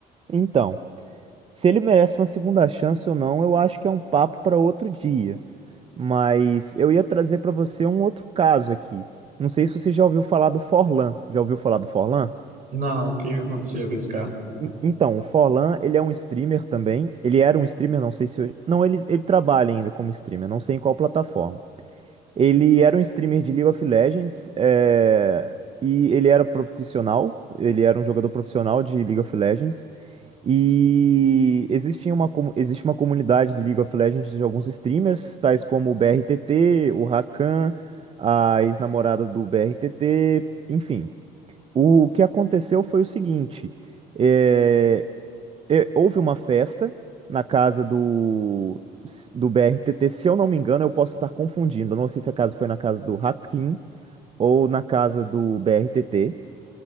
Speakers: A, on the right (about 35°); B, on the right (about 50°).
A: Então, se ele merece uma segunda chance ou não, eu acho que é um papo para outro dia. Mas eu ia trazer para você um outro caso aqui. Não sei se você já ouviu falar do Forlan. Já ouviu falar do Forlan?
B: Não, o que que aconteceu com esse cara?
A: En- Então, o Forlan, ele é um streamer também. Ele era um streamer, não sei se hoje. Não, ele, ele trabalha ainda como streamer, não sei em qual plataforma. Ele era um streamer de League of Legends, é, e ele era profissional, ele era um jogador profissional de League of Legends. E existia uma, comu- existe uma comunidade de League of Legends de alguns streamers, tais como o BRTT, o Rakan, a ex-namorada do BRTT, enfim. O que aconteceu foi o seguinte. eh, é, houve uma festa na casa do, do BRTT, se eu não me engano, eu posso estar confundindo. Eu não sei se a casa foi na casa do Hakim ou na casa do BRTT.